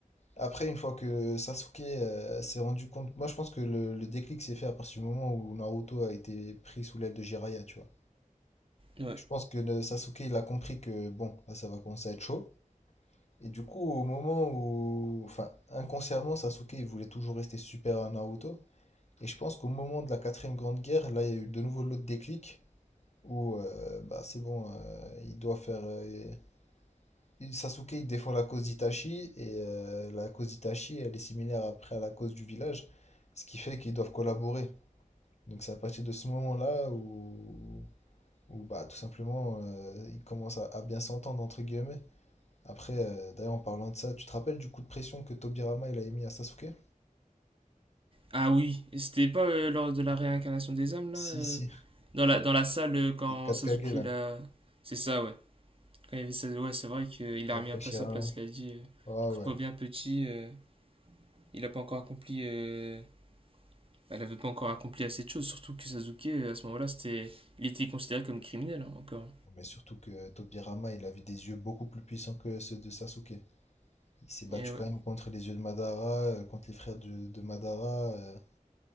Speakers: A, on the left; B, on the right.
A: Après, une fois que Sasuke euh, s'est rendu compte, moi je pense que le, le déclic s'est fait à partir du moment où Naruto a été pris sous l'aile de Jiraiya, tu vois.
B: Ouais.
A: Je pense que le Sasuke, il a compris que bon, là ça va commencer à être chaud. Et du coup, au moment où, enfin, inconsciemment, Sasuke, il voulait toujours rester super à Naruto. Et je pense qu'au moment de la quatrième grande guerre, là, il y a eu de nouveau l'autre déclic où euh, bah, c'est bon, euh, il doit faire. euh, il- Sasuke, il défend la cause d'Itachi et euh, la cause d'Itachi, elle est similaire après à la cause du village, ce qui fait qu'ils doivent collaborer. Donc c'est à partir de ce moment-là où, où bah, tout simplement euh, ils commencent à, à bien s'entendre, entre guillemets. Après, euh, d'ailleurs, en parlant de ça, tu te rappelles du coup de pression que Tobirama il a mis à Sasuke?
B: Ah oui, et c'était pas euh, lors de la réincarnation des âmes,
A: Si,
B: là euh,
A: si.
B: dans, la, dans la salle, euh, quand
A: Les 4
B: Sasuke,
A: Kage là,
B: là. C'est ça, ouais. Quand il y avait Sas- ouais, c'est vrai qu'il a
A: avec
B: remis un
A: Hashirama.
B: peu à sa place. Il a dit euh,
A: Ah
B: Écoute-moi
A: ouais.
B: bien, petit, euh, il a pas encore accompli euh, elle n'avait pas encore accompli assez de choses, surtout que Sasuke, à ce moment-là, c'était, il était considéré comme criminel hein, encore.
A: Mais surtout que Tobirama, il avait des yeux beaucoup plus puissants que ceux de Sasuke. Il s'est battu
B: Et ouais.
A: quand même contre les yeux de Madara, euh, contre les frères de, de Madara. euh,